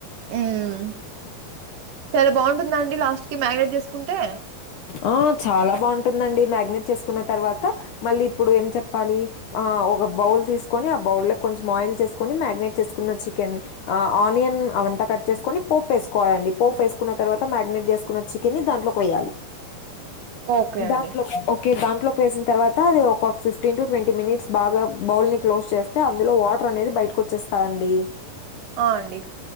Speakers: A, on the right; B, on the left.
A: ఉమ్ చాలా బాగుంటుందండి లాస్ట్ కి మ్యాగ్నేట్ చేసుకుంటే
B: ఆ చాలా బాగుంటుందండి మ్యాగ్నేట్ చేసుకున్న తర్వాత మళ్ళీ ఇప్పుడు ఏం చెప్పాలి ఆ ఒక బౌల్ తీసుకొని ఆ బౌల్ లో కొంచెం ఆయిల్ చేసుకొని మ్యగ్నేట్ చేసుకున్న చికెన్ ఆ ఆనియన్ అవంతా కట్ చేసుకొని పోపు వేసుకోవాలండి పోపు వేసుకున్న తర్వాత మ్యాగ్నేట్ చేసుకున్న చికెన్ని దాంట్లోకి వేయాలి
A: ఓకే అండి
B: దాంట్లో ఓకే దాంట్లో వేసిన తర్వాత అది ఒక ఫిఫ్టీన్ టు ట్వంటీ మినిట్స్ బాగా బౌల్ని క్లోజ్ చేస్ తే అందులో వాటర్ అనేది బయటకు వచ్చేస్తాయండి
A: ఆ అండి